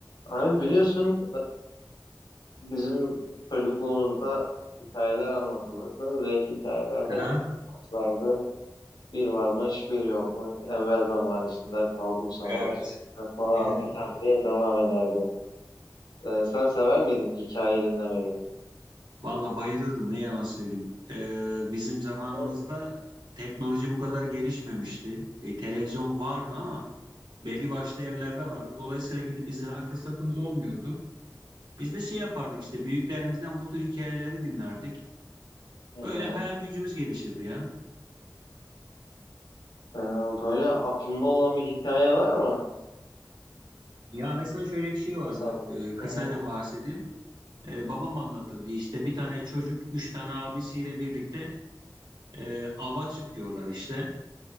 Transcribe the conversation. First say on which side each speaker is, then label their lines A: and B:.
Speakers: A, on the left (about 85°); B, on the right (about 80°).
A: Abi biliyorsun bizim çocukluğumuzda hikayeler anlatılırdı ve hikayeler hep
B: Aha.
A: şunu anlatırlardı. Bir varmış bir yokmuş evvel zaman içinde kalbur zaman
B: Evet,
A: içinde falan
B: evet,
A: filan
B: evet.
A: diye devam ederdi. Ee, sen sever miydin hikaye dinlemeyi?
B: Valla bayılırdım ne yalan söyleyeyim. Ee, bizim zamanımızda
A: Evet.
B: teknoloji bu kadar gelişmemişti. E, televizyon vardı
A: Hı
B: ama
A: hı.
B: belli başlı evlerde vardı. Dolayısıyla gidip izleme fırsatımız olmuyordu. Biz de şey yapardık işte büyüklerimizden bu tür hikayeleri dinlerdik.
A: Hı hı.
B: Böyle hayal gücümüz gelişirdi ya.
A: Ee, böyle aklında olan bir hikaye var mı
B: Ya mesela şöyle bir şey vardı.
A: sana?
B: e, kısaca
A: Hı hı.
B: bahsedeyim. E, babam anlatırdı işte bir tane çocuk üç tane abisiyle birlikte e, ava çıkıyorlar işte.